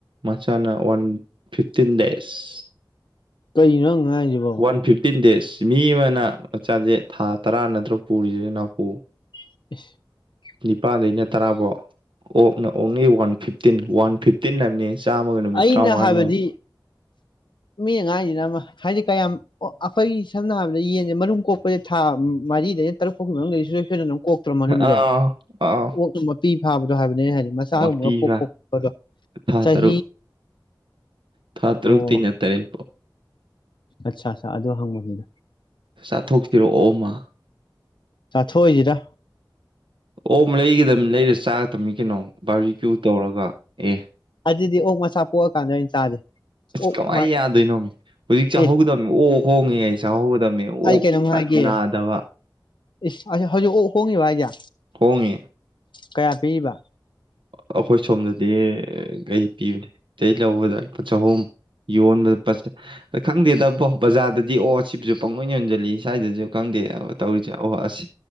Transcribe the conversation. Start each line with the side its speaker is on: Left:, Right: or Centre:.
Right: ꯃꯆꯥꯥꯅ ꯋꯥꯟ ꯐꯤꯐꯇꯤꯟ ꯗꯦꯖ
Left: ꯀꯩꯅꯣ ꯉꯥꯡꯁꯤꯕꯣ
Right: ꯋꯥꯟ ꯐꯤꯐꯇꯤꯟ ꯗꯦꯖ ꯃꯤ ꯑꯃ ꯅ ꯆꯥꯛꯆꯥꯁꯦ ꯊꯥ ꯇꯔꯥ ꯅꯠꯇ꯭ꯔ ꯅꯥꯎ ꯄꯨꯔꯤꯕ ꯅꯥꯎꯄꯨ
Left: <inaudible>
Right: ꯅꯤꯄꯥꯜꯗꯩꯅ ꯇꯔꯥꯐꯧ ꯑꯣꯛꯅ ꯑꯣꯡꯂꯤ ꯋꯥꯟ ꯐꯤꯐꯇꯤꯟ ꯋꯥꯟ ꯐꯤꯐꯇꯤꯟ ꯍꯥꯏꯕꯅꯤ ꯆꯥꯝꯃꯒ ꯅꯨꯃꯤꯠ
Left: ꯑꯩꯅ
Right: ꯇꯔꯥꯃꯉꯥꯅꯤ
Left: ꯍꯥꯏꯕꯗꯤ
Right: ꯍꯥꯏ
Left: ꯃꯤ ꯑꯉꯥꯡꯁꯤꯅ ꯑꯃ ꯍꯥꯏꯗꯤ ꯀꯌꯥꯝ ꯑꯣ ꯑꯩꯈꯣꯏꯒꯤ ꯁꯝꯅ ꯍꯥꯏꯔꯕꯗ ꯌꯦꯟꯁꯦ ꯃꯔꯨꯝ ꯀꯣꯛꯄꯁꯦ ꯊꯥ ꯃꯔꯤꯗꯅ ꯇꯔꯨꯛ ꯐꯥꯎꯒꯤ ꯃꯅꯨꯡꯗꯁꯨ ꯑꯩꯈꯣꯏꯗ ꯑꯗꯨꯝ ꯀꯣꯛꯇ꯭ꯔꯣ ꯃꯔꯨꯝꯁꯦ
Right: ꯑꯥ ꯑꯥꯎ
Left: ꯀꯣꯛ ꯑꯗꯨ ꯄꯤ ꯍꯥ ꯑ ꯍꯥꯏꯕꯅꯦ ꯍꯥꯏꯗꯤ ꯃꯆꯥꯒꯨꯝꯕ
Right: ꯃꯄꯤꯕ
Left: ꯑꯃ ꯄꯣꯛꯄꯣꯛꯄꯗꯣ
Right: ꯊꯥ
Left: ꯆꯍꯤ
Right: ꯇꯔꯨꯛ ꯊꯥ ꯇꯔꯨꯛꯇꯤ
Left: ꯑꯣ
Right: ꯅ ꯇꯔꯦꯠ ꯄꯣ
Left: ꯑꯠꯆꯥ ꯑꯠꯆꯥ ꯑꯗꯨ ꯍꯪꯕꯅꯤꯗ
Right: ꯆꯥꯊꯣꯛ ꯁꯤꯔꯣ ꯑꯣꯛ ꯑꯝꯥ
Left: ꯆꯥꯊꯣꯛꯑꯣꯏꯁꯤꯗ
Right: ꯑꯣꯛ ꯂꯩꯒꯗꯕꯅꯤ ꯂꯩꯔ ꯆꯥꯒꯗꯕꯃꯤ ꯀꯩꯅꯣ ꯕꯥꯔꯕꯤꯀ꯭ꯌꯨ ꯇꯧꯔꯒ ꯑꯦ
Left: ꯑꯗꯨꯗꯤ ꯑꯣꯛ ꯃꯁꯥ ꯄꯣꯛꯑꯀꯥꯟꯗ ꯑꯩꯅ ꯆꯥꯁꯦ
Right: ꯑꯁ
Left: ꯑꯣꯛ
Right: ꯀꯃꯥꯏꯅ
Left: ꯃ
Right: ꯌꯥꯗꯣꯏꯅꯣꯅꯦ ꯍꯧꯖꯤꯛ ꯆꯥꯍꯧꯒꯗꯕꯅꯤ
Left: ꯑꯦ
Right: ꯑꯣ ꯍꯉ ꯌꯥ ꯄꯩꯁꯥꯍꯒꯗꯕꯅꯤ
Left: ꯑꯩ
Right: ꯑꯣꯛ
Left: ꯀꯩꯅꯣꯝ ꯍꯥꯏꯒꯦ
Right: ꯅꯥꯗꯕ
Left: ꯏꯁ ꯑꯁ ꯍꯧꯖꯤꯛ ꯍꯣꯡꯉꯤꯕ ꯍꯥꯏꯒꯦ
Right: ꯍꯣꯡꯉꯤ
Left: ꯀꯌꯥ ꯄꯤꯕ
Right: ꯑꯩꯈꯣꯏ ꯁꯣꯝꯗꯗꯤ ꯀꯩ ꯄꯤꯕ ꯂꯧꯕꯗ ꯂꯨꯄꯥ ꯆꯍꯨꯝ ꯌꯣꯟꯕ ꯈꯪꯗꯦꯗꯕꯣ ꯕꯖꯥꯔꯗꯗꯤ ꯑꯣ ꯁꯤꯕꯨꯁꯨ ꯄꯪ ꯑꯣꯏꯅ ꯌꯣꯟꯁꯤꯜꯂꯤ ꯁ꯭ꯋꯥꯏꯗꯁꯨ ꯈꯪꯗꯦ ꯇꯧꯔꯤꯁꯦ ꯑꯣꯍ ꯑꯁ